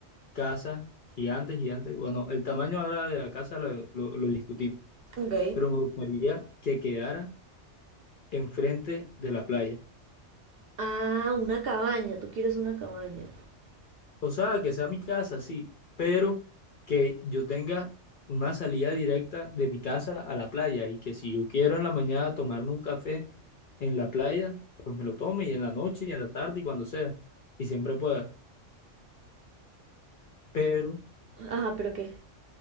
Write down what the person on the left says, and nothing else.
casa gigante, gigante. Bueno, el tamaño ahora de la casa lo, lo- lo discutimos,
pero me gustaría que quedara enfrente de la playa.
O sea, que sea mi casa, sí, pero que yo tenga una salida directa de mi casa a la playa y que si yo quiero en la mañana tomarme un café en la playa, pues me lo tome y en la noche y en la tarde y cuando sea y siempre pueda, pero,